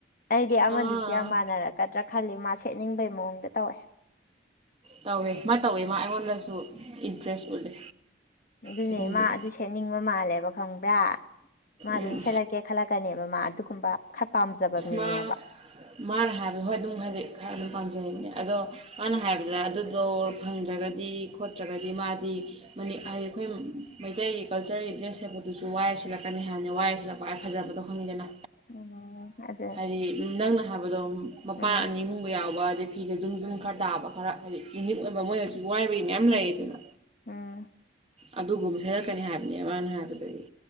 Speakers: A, on the left (about 45°); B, on the right (about 30°).
A: ꯑꯩꯗꯤ ꯑꯃꯗꯨꯁꯨ
B: ꯑꯥ
A: ꯌꯥꯝ ꯃꯥꯟꯅꯔꯛꯀꯗ꯭ꯔꯥ ꯈꯜꯂꯤ ꯃꯥ ꯁꯦꯠꯅꯤꯡꯕꯩ ꯃꯑꯣꯡꯗ ꯇꯧꯋꯦ
B: ꯇꯧꯋꯦ ꯃꯥ ꯇꯧꯋꯦ ꯃꯥ ꯑꯩꯉꯣꯟꯗꯁꯨ ꯏꯟꯇꯔꯦꯁ ꯎꯠꯂꯦ
A: ꯑꯗꯨꯅꯦ
B: ꯁꯛꯅꯤꯡꯕꯒꯤ
A: ꯃꯥ ꯑꯗꯨ ꯁꯦꯠꯅꯤꯡꯕ ꯃꯥꯜꯂꯦꯕ ꯈꯪꯕ꯭ꯔꯥ ꯃꯥ ꯑꯗꯨꯝ
B: ꯎꯝ
A: ꯁꯦꯠꯂꯛꯀꯦ ꯈꯜꯂꯛꯀꯅꯦꯕ ꯃꯥ ꯑꯗꯨꯒꯨꯝꯕ ꯈꯔ ꯄꯥꯝꯖꯕ ꯃꯤꯅꯦꯕ
B: ꯃꯥ ꯃꯥꯅ ꯍꯥꯏꯕ ꯍꯣꯏ ꯑꯗꯨꯝ ꯍꯥꯏꯗꯤ ꯈꯔ ꯑꯗꯨꯝ ꯄꯥꯝꯖꯩꯕꯅꯦ ꯑꯗꯣ ꯃꯥꯅ ꯍꯥꯏꯕꯗ ꯑꯗꯨꯗꯣ ꯐꯪꯗ꯭ꯔꯒꯗꯤ ꯈꯣꯠꯇ꯭ꯔꯒꯗꯤ ꯃꯥꯗꯤ ꯃꯅꯤ ꯍꯥꯏꯗꯤ ꯑꯈꯣꯏ ꯃꯩꯇꯩꯒꯤ ꯀꯜꯆꯔꯒꯤ ꯗ꯭ꯔꯦꯁ ꯁꯦꯠꯄꯗꯨꯁꯨ ꯋꯥꯏꯔ ꯁꯦꯠꯂꯛꯀꯅꯤ ꯍꯥꯏꯕꯅꯦ ꯋꯥꯏꯔꯁꯦꯠꯂꯛ ꯈ꯭ꯋꯥꯏ ꯐꯖꯕꯗꯣ ꯈꯪꯉꯤꯗꯅ
A: ꯎꯝ ꯑꯗꯨ
B: ꯑꯗꯤ ꯅꯪꯅ ꯍꯥꯏꯕꯗꯣ ꯃꯄꯥ
A: ꯎꯝ
B: ꯑꯅꯤꯍꯨꯝꯕꯒ ꯌꯥꯎꯕ ꯑꯗꯩ ꯐꯤꯗ ꯑꯗꯨꯝ ꯗꯨꯝ ꯈꯔ ꯇꯥꯕ ꯈꯔ ꯍꯥꯏꯗꯤ ꯌꯨꯅꯤꯛ ꯑꯣꯏꯕ ꯃꯣꯏ ꯍꯧꯖꯤꯛ ꯋꯥꯏꯕꯩ ꯃꯌꯥꯝ ꯂꯩꯗꯅ
A: ꯎꯝ
B: ꯑꯗꯨꯒꯨꯝꯕ ꯁꯦꯔꯛꯀꯅꯤ ꯍꯥꯏꯕꯅꯦ ꯃꯥꯅ ꯍꯥꯏꯕꯗꯒꯤ